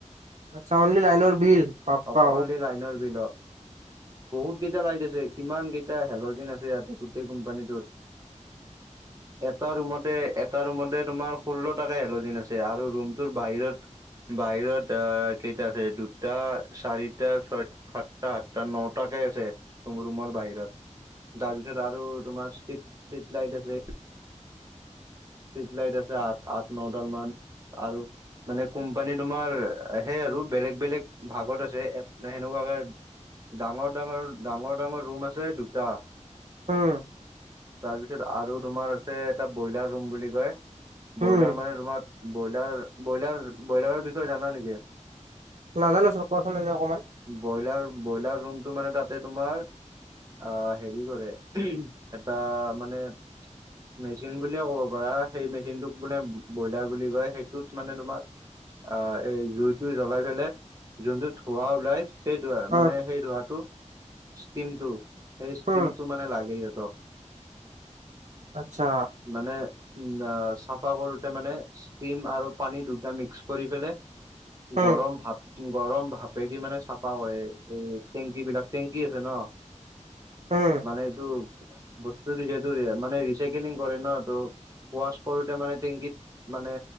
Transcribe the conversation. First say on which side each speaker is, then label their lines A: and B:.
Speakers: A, on the right; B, on the right.
A: আচ্ছা অনলি লাইনৰ বিল বাপ্পা
B: অ' অনলি লাইনৰ বিলত। বহুত কেইটা লাইট আছে কিমান কেইটা হেলজিন আছে ইয়াতে গোটেই কোম্পানীটোত। এটা ৰুমতে এটা ৰুমতে তোমাৰ ষোল্ল টকা হেলজিন আছে আৰু ৰুমটোৰ বাহিৰত বাহিৰত আ কেইটা আছে দুটা চাৰিটা ছয় সাতটা সাতটা নটাকে আছে তুম ৰুমৰ বাহিৰত। তাৰপিছত আৰু তোমাৰ ষ্ট্ৰিট ষ্ট্ৰিট লাইট আছে। ষ্টিট লাইট আছে আঠ আঠ নডাল মান আৰু মানে কোম্পানী তোমাৰ সেই আৰু বেলেগ বেলেগ ভাগত আছে সেনেকুৱাকে ডাঙৰ, ডাঙৰ, ডাঙৰ ডাঙৰ ৰুম আছে দুটা।
A: উম
B: তাৰপিছত আৰু তোমাৰ আছে এটা ব্ৰইলাৰ ৰুম বুলি কয়। ব্ৰইলাৰ
A: উম
B: মানে তোমাৰ ব্ৰইলাৰ ব্ৰইলাৰ ব্ৰইলাৰৰ বিষয়ে জানা নেকি?
A: নাজানো চোন কোৱাচোন এনে অকণমান।
B: ব্ৰইলাৰ ব্ৰইলাৰ ৰুমতটো মানে তাতে তোমাৰ আহ হেৰি কৰে এটা মানে মেচিন বুলি ক'ব সেই মেচিনটোক মানে ব্ৰইলাৰ বুলি কয় সেইটোত মানে তোমাৰ অ' এই জুইতটো জ্বলাই পেলাই যোনটো ধোৱা ওলাই সেইটোৱে সেই ধৰা
A: উম
B: মানে সেই ধোৰাটো ষ্টিমটো সেই ষ্টিমটো
A: উম
B: মানে লাগে সহঁতক।
A: আচ্ছা।
B: মানে উ চাফা কৰোতে মানে ষ্টিম আৰু পানী দুটা মিক্স কৰি পেলাই
A: উম
B: গৰম ভাত। গৰম ভাপেদি মানে চাফা কৰে এই টেংকী বিলাক টেংকি আছে ন। <inaudible>
A: উম।
B: মানে এইটো বস্তুটো যিহেতু ৰি মানে ৰিচাইকেলিং কৰে ন ত'। ৱাছ কৰোঁতে মানে টেংকিত মানে